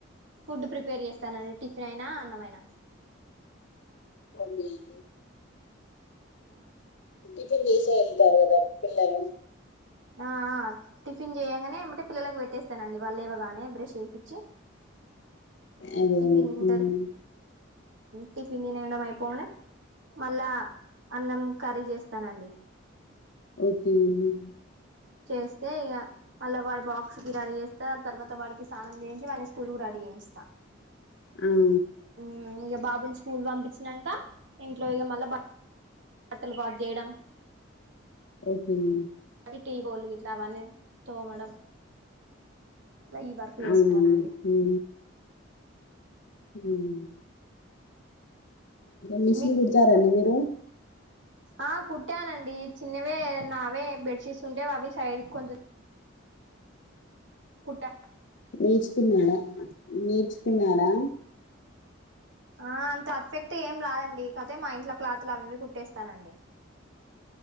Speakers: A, on the right; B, on the left.
A: ఫుడ్ ప్రిపేర్ చేస్తానండి, టిఫినయినా అన్నమయినా
B: అదే <inaudible>
A: ఆ
B: టిఫిన్ జేసే ఎల్తారు గద పిల్లలు
A: ఆ ఆ టిఫిన్ చేయంగనే ఎమ్బెటే పిల్లలకు పెట్టేస్తానండి వాళ్ళేవగానే బ్రష్ చేపిచ్చి ఉమ్
B: అదే
A: టిఫిన్
B: అండి
A: తింటరు, టిఫిన్ దినడం అయిపొంగనే మళ్ళా అన్నం ఖర్రీ జేస్తానండి
B: ఓకేనండి
A: చేస్తే ఇగా మళ్ళ వాళ బాక్స్ రెడీ జేస్తా తర్వాత వాడికి సానం చేయించి వాన్నీ స్కూల్ కు రెడీ చేయిస్త.
B: ఓకే అండి
A: ఉమ్ ఇగ బాబుని స్కూల్ పంపించినంకా ఇంట్లో ఇగ మళ్ళా బట్ బట్టలు వాష్ చేేయడం
B: ఓకేనండి
A: టీ బోళ్ళు గిట్ల అవన్ని తోమడం లా ఈ వర్కు చేసుకున్నానండి
B: అవునండి ఉమ్ మిషీన్
A: మీ
B: గుడతార అండి మీరు?
A: ఆ కుట్టానండి చిన్నవే నావే బెడ్షీట్స్ ఉంటే అవి సైడుక్కోన్చెం కుట్ట
B: నేర్చుకున్నారా నేర్చుకున్నారా
A: ఆ అంతర్ఫెక్ట్ ఏం రాదండి, కాక్పోతే మా ఇంట్ల క్లాత్లు అవివి కుట్టేస్తానండి.